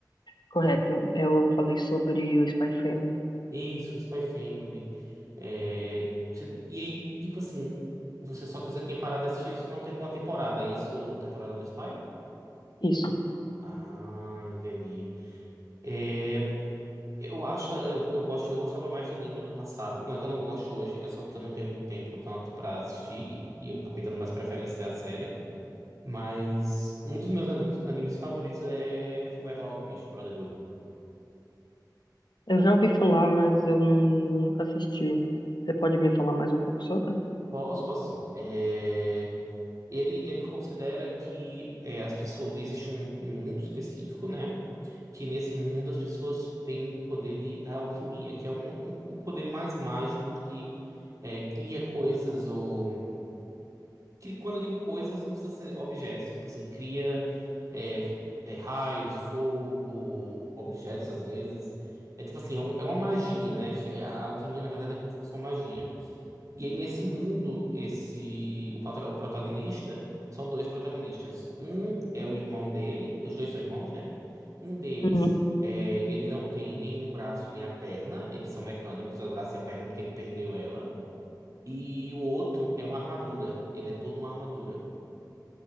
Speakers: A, on the left (about 80°); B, on the right (about 50°).
A: correto. Eu falei sobre o Spy Family.
B: Isso, Spy Family. É, você- E aí, tipo assim, você só que você tinha parado de assistir, você não terminou a temporada, é isso? Do... A temporada do Spy?
A: Isso.
B: Ah, entendi. Eh, Eu acho que eu, eu gosto, eu gostava mais de anime no passado. Não é que eu não gosto hoje, é só porque eu não tenho muito tempo tanto pra assistir e eu acabei dando mais preferência à série. Mas um dos meus animes, animes favoritos é Fullmetal Alchemist Brotherhood.
A: Eu já ouvi falar, mas eu nun- nunca assisti. Você pode me falar mais um pouco sobre?
B: Posso, posso sim. É, ele, ele considera que é, as pessoas existe um, um mundo específico, né? Que nesse mundo as pessoas têm o poder de, da alquimia, que é um, um, um poder mais mágico do que é, cria coisas ou cri- Quando eu digo coisas, não precisa ser objetos. Tipo assim, cria é, é, raios, fogo, objetos às vezes. É tipo assim, é, um- é uma magia, né? É, A a alquimia, na verdade, é como se fosse uma magia. E aí, nesse mundo, esse o, patra- o protagonista são dois protagonistas. Um é o irmão dele, os dois são irmãos, né? Um deles,
A: Uhum,
B: é, ele não tem nem o braço nem a perna, eles são mecânicos, o braço e a perna, porque ele perdeu ela. E o outro é uma armadura. Ele é todo uma armadura